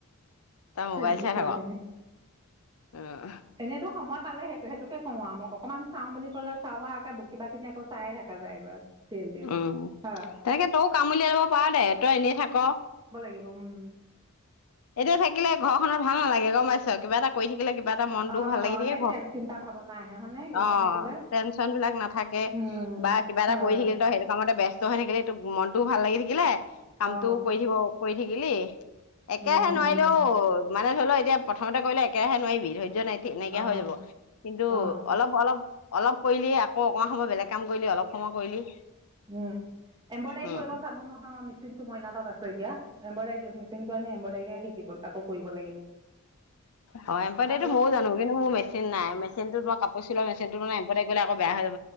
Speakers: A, on the left; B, on the right.
A: তই
B: ফেচবুক
A: মোবাইল চাই
B: কিবা
A: থাক।
B: কিনি
A: উম
B: এনেতো সময়ত পালে সেই সেইটোকে কওঁ আৰু মই অকণমান চাওঁ বুলি ক'লে চাওঁ আৰু আকে কিবা খিনি আকৌ চায়ে থাককা যায়গৈ। চিৰিয়েল তিৰিয়েল
A: উম
B: হয়
A: তেনেকে তই কাম উলিয়াই লব পাৰ দে তই এনেই থাক
B: এ <inaudible>
A: এতিয়া থাকিলে ঘৰ খনৰ ভাল নালাগে গম পাইছ কিবা এটা কৰি থাকিলে কিবা এটা মনতটোও
B: অ
A: ভাল লাগি
B: অনেক
A: থাকে ঘ
B: চিন্তা ভাৱনা আহে হয়নে এনেই
A: অ'
B: থাকিলে
A: টেনচন বিলাক নাথাকে
B: উম
A: বা কিবা এটা
B: হয়
A: কৰি থাকিল তো সেইটো কামতে ব্যস্ত ব্যস্ত হৈ থাকিলে এই তোক মনটো ভাল লাগি থাকিলে কামটো
B: অ
A: কৰি থাকিব কৰি থাকিব দিলি একেৰাহে
B: উম
A: নোৱাৰিলেও
B: উম
A: মানে ধৰি লও এতিয়া প্ৰথমতে কৰিলেেৰাে নোৱাৰি ধৈৰ্য্য নাই এনেকিয়া
B: অ
A: হৈ যাব কিন্তু
B: অ
A: অলপ অলপ অলপ কৰিলি আকৌ অকণ সময় বেলেগ কাম কৰিলি অলপ সময় কৰিলি।
B: উম এম্ব্ৰইডাৰী
A: উম
B: কৰিব জানো নহয় মই মিচিনতটো মইনা তাত আছো এতিয়া এম্ব্ৰইডাৰী মেচিনটো আনি এম্ব্ৰইডাৰী শিকিব আকৌ কৰিব লাগিব
A: হয় এমব্ৰদাৰি
B: কাপোৰত
A: তো ময়ো জানো কিন্তু মোৰ মেচিন নাই মেচিন তো মই কাপোৰ চিলোৱা মেচিন তো মানে এম্পদাৰী আকৌ বেয়া হৈ যাব